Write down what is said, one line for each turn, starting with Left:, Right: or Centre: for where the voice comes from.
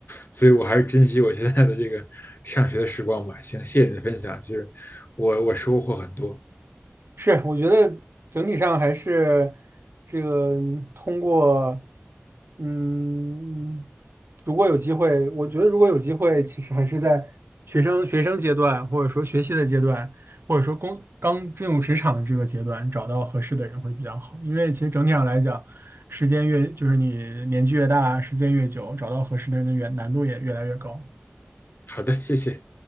Left: 所以我还是珍惜我现在的这个上学的时光吧。行，谢谢你的分享，其实我我收获很多。
Right: 是，我觉得整体上还是这个通过，嗯，如果有机会，我觉得如果有机会，其实还是在学生学生阶段，或者说学习的阶段，或者说工刚进入职场的这个阶段，找到合适的人会比较好。因为其实整体上来讲，时间越就是你年纪越大，时间越久，找到合适的人的越难度也越来越高。
Left: 好的，谢谢。